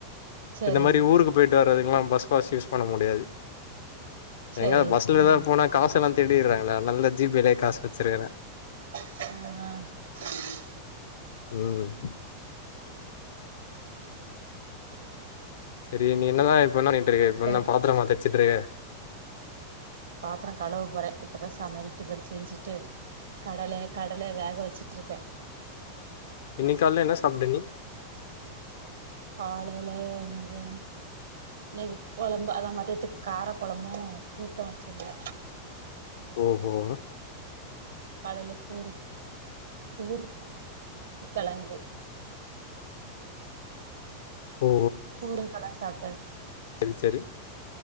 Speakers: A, on the left; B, on the right.
A: இப்ப
B: சரி
A: இந்த மாரி ஊருக்கு போயிட்டு வர்றதுக்கெல்லாம் பஸ் பாஸ் யூஸ் பண்ண முடியாது
B: சரி
A: எங்க பஸ்லலாம்
B: ம்
A: போனா காசெல்லா திருடிறாங்களே அதனாலதா ஜீ பேலயே காசு வெச்சிருக்கிறே
B: ஹ் ஹ்
A: ம் சரி நீ என்னதா இப்ப பண்ணிட்டு இருக்க இப்ப
B: சரி
A: என்ன பாத்திரமா தே தேச்சுட்டு இருக்கே
B: பாத்திரோ களுவ போற இப்பதா சமையல் டிஃபன் செஞ்சிட்டு கடல கடல வேக வெச்சுட்டு இருக்கே
A: இன்னிக்காள்ல என்ன சாப்ட நீ
B: காலைல என்னது இன்னைக்கு கொழம்பு அதா மதியத்துக்கு கார கொழம்பு கூட்டு வச்சிருந்தே
A: ஓ ஹோ மா
B: காலைல பூரி பூரி க்கெழங்கு
A: ஓ
B: பூரிகெழங்கு சாப்ட்டு
A: சரி சரி